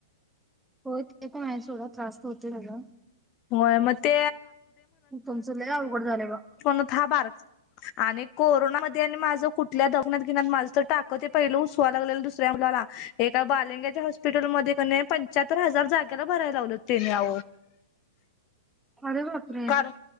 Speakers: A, in the centre; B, on the left.
A: होय ते पण आहे सोडा त्रास होते ना का
B: होय मग ते
A: त तुमच लय अवघड झालंय ब
B: म्हण हा बार आणि कोरोनामध्ये आणि माझ कुठल्या दगणत घेण्यात माझ तर टाक ते पहिलं उसवा लागलेलं दुसऱ्या मुलाला एका बालिंग्याच्या हॉस्पिटलमध्येध्ये क पंच्याहत्तर हजार जागेला भरायला लावलं त्यांनी आ
A: अरे बापरे
B: कार